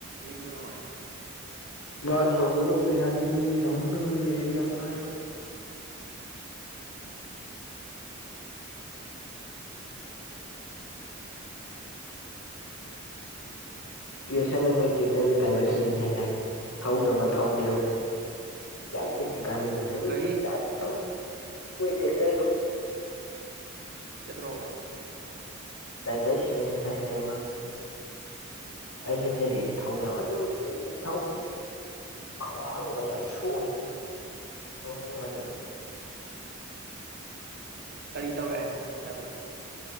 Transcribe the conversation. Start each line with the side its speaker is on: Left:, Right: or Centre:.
Right: ꯂꯩꯇꯕ ꯃꯥꯅꯤ
Left: ꯃꯥꯅ ꯍꯧꯗꯣꯛꯅꯕ ꯄꯩꯁꯥꯅꯤ ꯂꯨꯏ ꯍꯧꯗꯣꯛꯅꯕꯗꯤ ꯂꯩꯔꯗꯤ ꯌꯥꯝ ꯂꯥꯏꯕ ꯄꯤꯣꯁꯜꯂꯣꯏ ꯃꯣꯏ ꯇꯦꯛꯇꯔꯗꯨ ꯇꯥꯏꯕꯔ ꯁꯤꯂꯅꯤ ꯍꯥꯏꯖꯥꯏ ꯊꯧꯗꯕ ꯊꯧꯒꯦꯒꯅ ꯌꯥꯝ ꯊ ꯀꯥꯟꯅꯗꯨꯅꯦ ꯑꯗꯨ
Right: ꯀꯔꯤ
Left: ꯆ ꯇꯧ ꯑꯣꯏꯣꯏ ꯊꯛꯇꯔꯗ
Right: ꯏꯗꯔꯣꯒ
Left: ꯇꯥꯏ ꯄ ꯁꯤ ꯍꯥꯏꯥꯏꯕꯅꯦ
Right: ꯑꯣ
Left: ꯑꯩꯒꯤ ꯏꯗ ꯂꯩꯦꯔꯤ ꯊꯧ ꯌꯥꯝ ꯑꯗꯨ ꯑꯗꯩꯗꯤ ꯊꯧꯕꯁꯤ ꯑꯋꯥꯡ ꯑꯃ ꯌꯥꯝ ꯁꯣꯏꯅꯦꯗ
Right: ꯀꯔꯤ ꯇꯧꯔꯦ ꯍꯥꯏꯅꯣ ꯍꯧꯖꯤꯛꯀꯤ ꯗ꯭ꯔꯥꯏꯚꯔ